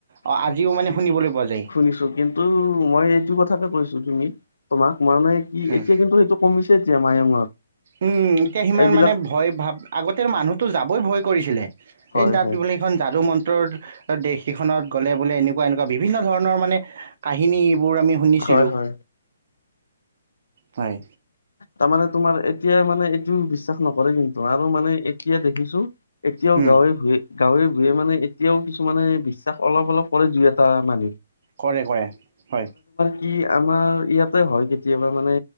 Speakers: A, on the right; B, on the left.
A: অঁ
B: শুনিছোঁ,
A: আজিও মানে শুনিবলৈ পোৱা যায়
B: শুনিছোঁ কিন্তু মই এইটো কথাকে কৈছো। তুমি তোমাক মানে কি
A: উম
B: এতিয়া কিন্তু সেইটো কমিছে এতিয়া মায়ঙত
A: উম, এতিয়া সিমান
B: এইবিলাক
A: মানে ভয় ভাব আগতে মানুহটো যাবই ভয় কৰিছিলে
B: হয়
A: এই তাত
B: হয়
A: বোলে এইখন যাদু মন্ত্ৰৰ দেশ এখনত গ'লে বোলে এনেকুৱা এনেকুৱা নেকুৱা বিভিন্ন ধৰণৰ মানে কাহিনীবোৰ আমি শুনিছিলোঁ।
B: হয় হয়
A: হয়।
B: তাৰমানে তোমাৰ এতিয়া মানে এইটো বিশ্বাস নকৰে কিন্তু আৰু মানে এতিয়া দেখিছোঁ। এতিয়াও
A: উম,
B: গাঁৱে ভূঞে গাঁৱে ভূঞে মানে এতিয়াও কিছুমানে বিশ্বাস অলপ অলপ কৰে দুই এটা মানুহ।
A: কৰে, কৰে, হয়।
B: ই আমাৰ ইয়াতে হয় কেতিয়াবা মানে